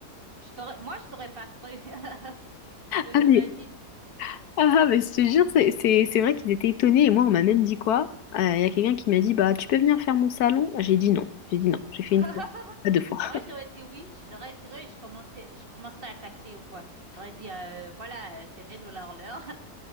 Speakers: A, on the right (about 35°); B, on the left (about 70°).
A: Je t'aurais, moi, je t'aurais pas cru, <laughs> donc
B: Ah
A: j'imagine.
B: mais, ah, mais je te jure, c'est c'est- c'est vrai qu'ils étaient étonnés. Et moi, on m'a même dit quoi? Euh, Il y a quelqu'un qui m'a dit, bah, tu peux venir faire mon salon? J'ai dit non. J'ai dit non. J'ai fait
A: <laughs>
B: une fois, pas deux fois.
A: Moi, j'aurais dit oui. J'aurais dit oui. Je commençais, je commencerai à taxer ou quoi. J'aurais dit, euh, voilà, euh, c'est 20 dollars l'heure.